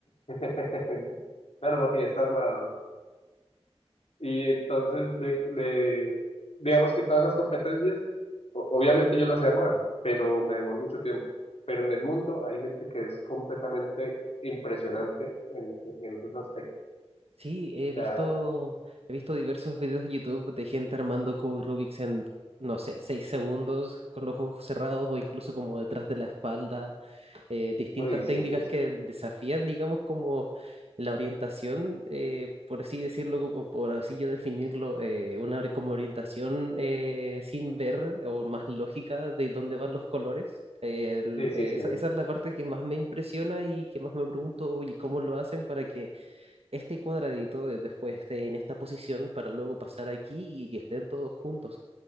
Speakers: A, on the left; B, on the right.
A: <laughs> Claro, porque ya está armado. Y entonces, de, de- digamos que todas esas competencias, o- obviamente yo las he armado, pero me demoró mucho tiempo. Pero en el mundo hay gente que es completamente impresionante en, en, en esos aspectos.
B: Sí, he visto,
A: Ya,
B: he visto diversos videos de YouTube de gente armando cubos Rubik's en, no sé, seis segundos con los ojos cerrados o incluso como detrás de la espalda, eh, distintas
A: uy, sí,
B: técnicas
A: sí,
B: que desafían, digamos, como la orientación, eh, por así decirlo, como, por así yo definirlo, eh, una ori- como orientación eh, sin ver o más lógica de dónde van los colores. Eh, el-
A: sí, sí,
B: eh,
A: sí,
B: esa, esa es la parte que más me impresiona y que más me pregunto, oye, ¿cómo lo hacen para que este cuadradito de- después esté en esta posición para luego pasar aquí y que estén todos juntos.